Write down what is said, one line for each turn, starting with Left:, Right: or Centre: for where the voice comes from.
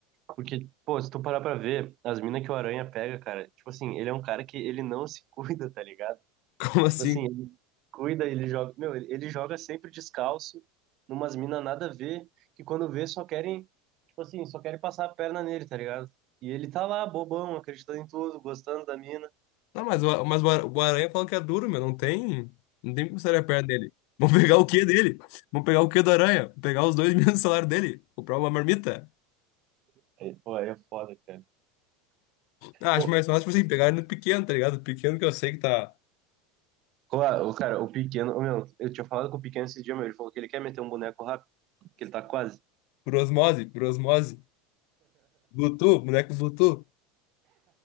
Right: Porque, pô, se tu parar pra ver, as minas que o Aranha pega, cara, tipo assim, ele é um cara que ele não se <laughs> cuida, tá ligado?
Left: <laughs> Como assim?
Right: Tipo assim, ele cuida, ele joga. Meu, ele, ele joga sempre descalço, numas minas nada a ver, que quando vê só querem, tipo assim, só querem passar a perna nele, tá ligado? E ele tá lá, bobão, acreditando em tudo, gostando da mina.
Left: Não, mas, o- mas o ar- o Aranha fala que é duro, meu. Não tem. Não tem como sair a perna dele. <laughs> Vamos pegar o quê dele? Vamos pegar o quê do Aranha? Vamos pegar os dois <laughs> mil do salário dele? Comprar uma marmita?
Right: É, pô, aí é foda, cara.
Left: Ah,
Right: Pô,
Left: acho mais fácil, tipo assim, pegar ele no pequeno, tá ligado? Pequeno que eu sei que tá
Right: claro, o cara, o pequeno, ô, meu, eu tinha falado com o pequeno esse dia, meu, ele falou que ele quer meter um boneco rápido, que ele tá quase.
Left: por osmose, por osmose. Bluetooth, boneco Bluetooth.